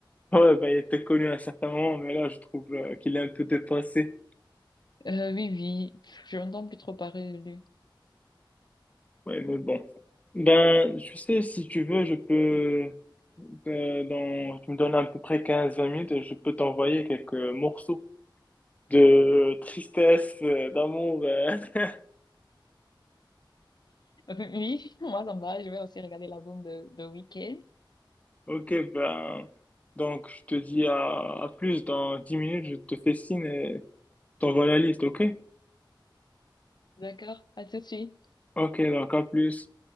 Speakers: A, on the left; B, on the left.
A: Ouais, ben, il était connu à un certain moment, mais là, je trouve euh, qu'il est un peu dépassé.
B: Euh, oui, oui, pff, je n'entends plus trop parler de lui. <laughs>
A: Ouais, mais bon. Ben, tu sais, si tu veux, je peux. euh, dans, tu me donnes à peu près quinze vingt minutes et je peux t'envoyer quelques morceaux de tristesse, euh, d'amour. euh. <laughs>
B: Oui, moi ça me va, je vais aussi regarder l'album de, de Weeknd.
A: Ok, ben. Donc, je te dis à, à plus. Dans 10 minutes, je te fais signe et t'envoie la liste, ok?
B: D'accord, à tout de suite.
A: Ok, donc en plus,